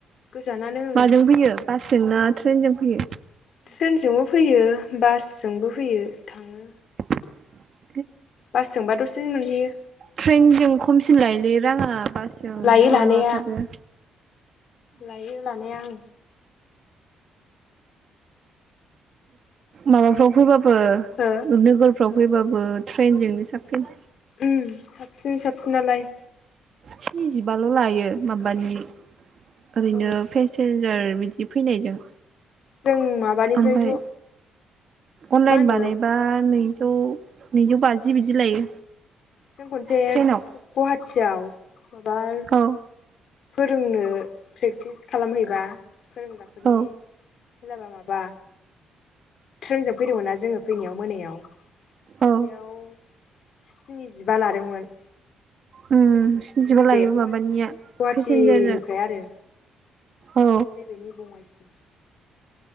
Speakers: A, on the left (about 65°); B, on the right (about 50°).
A: गोजानानो ओं
B: माजों फैयो बासजों ना ट्रेनजों? बे।
A: ट्रेनजोंबो फैयो। बासजोंबो फैयो थाङो।
B: <inaudible>
A: बासजोंबा दसे। जों मोनहैयो।
B: ट्रेनजों खमसिन लायोलै। राङा बासियाव
A: लायो
B: बुरजा
A: लानाया
B: लाथारो।
A: लायो लानाया आं
B: माबाफ्राव फैबा ओ
A: हो
B: गनोग फाव फैबाबो ट्रेनजोंनो साबसिन।
A: उ साबसिन साबसिनलाय।
B: स्निजिबाल' लायो माबानि। ओरैनो
A: औ
B: फेसेल सोर मिथि फैनायजों।
A: जों माबानिफ्रायथ'
B: ओमफाय अनलाइन
A: मा होनो
B: बानायबा नै। ज'। नैजौ बाजि बिदि लायो।
A: जों खनसे
B: ट्रेनाव
A: गुवाहाटियाव। बाल्ब
B: औ
A: जोंनो प्रेक्टिस खालामहैबा। फोरोंग्राफोरनि
B: औ
A: होनलाबा माबा ट्रेनजों फैदोंमोन ना जोङो। फैनायाव मोनायाव।
B: औ
A: बेयाव। स्निजिबा लादोंमोन।
B: उ
A: जोंनिखौ
B: स्निजिबा
A: नैबे
B: लायो माबानिया
A: गुवाहाटिनिफ्राय
B: पेसेन्जारनो
A: आरो
B: औ
A: नैबेनि बङाइसिम